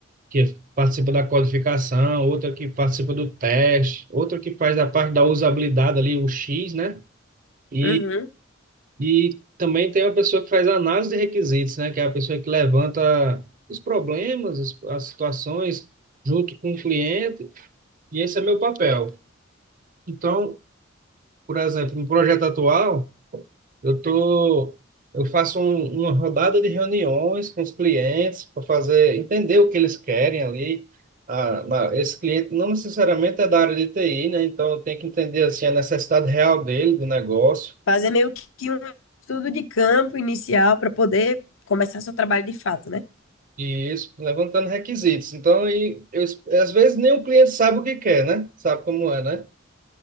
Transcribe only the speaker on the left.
Uhum.
Fazer meio que um estudo de campo inicial para poder começar seu trabalho de fato, né?